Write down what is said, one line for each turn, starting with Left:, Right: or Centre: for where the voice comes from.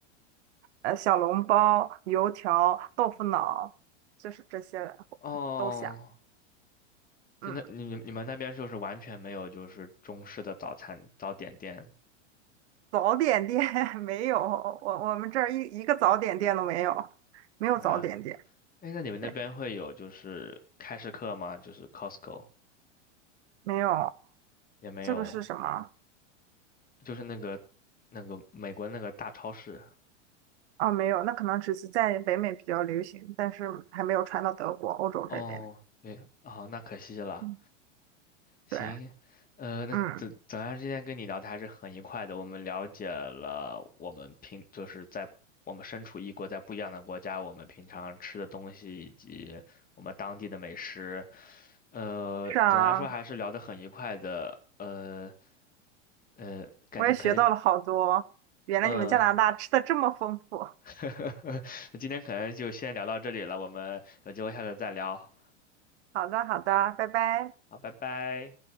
Right: 呃小笼包、油条、豆腐脑，就是这些
Left: <laughs> 哦，
Right: 都想。
Left: 真的，
Right: 嗯，
Left: 你你们那边就是完全没有就是中式的早餐早点店
Right: 早点店 <laughs> 没有，我我们这儿一一个早点店都没有，没有早点店，
Left: 啊？哎，那你们那边会有就是开市客吗？
Right: 对，
Left: 就是 Costco
Right: 没有。
Left: 也没有，
Right: 这个是什么？
Left: 就是那个那个美国那个大超市。
Right: 啊，没有，那可能只是在北美比较流行，但是还没有传到德国、欧洲这边。
Left: 哦，对，哦，那可惜了。
Right: 嗯，
Left: 行，
Right: 对，
Left: 呃，那总总而言之，
Right: 嗯，
Left: 今天跟你聊的还是很愉快的。我们了解了我们平就是在我们身处异国，在不一样的国家，我们平常吃的东西以及我们当地的美食。呃，
Right: 是啊，
Left: 总的来说还是聊得很愉快的。呃呃，感觉可能
Right: 我也学到了好多，原来你们加拿大吃的这么丰富。
Left: 嗯，<laughs> 今天可能就先聊到这里了。我们有机会下次再聊。
Right: 好的，好的，拜拜。
Left: 好，拜拜。